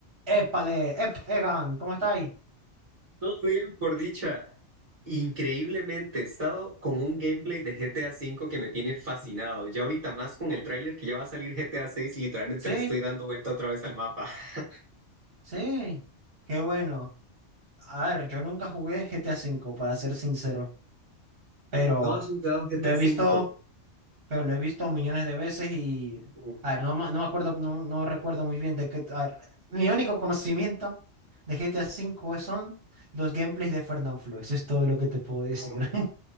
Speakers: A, on the right; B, on the right.
A: Épale, ep, Egan, ¿cómo estáis?
B: Todo bien, por dicha. Increíblemente, he estado con un gameplay de GTA cinco que me tiene fascinado. Ya ahorita más con el tráiler que ya va a salir GTA VI, literalmente
A: Sí,
B: le estoy dando vuelta otra vez al mapa. <laughs>
A: sí, qué bueno. A ver, yo nunca jugué GTA V, para ser sincero, pero
B: ¿No has jugado GTA
A: lo he
B: cinco
A: visto, pero lo he visto millones de veces y,
B: Uf,
A: a ver, no, me- no me acuerdo, no, no recuerdo muy bien de qué, a ver, mi único conocimiento de GTA V son los gameplays de Fernanfloo, eso es todo lo que te puedo decir.
B: uf.
A: <laughs>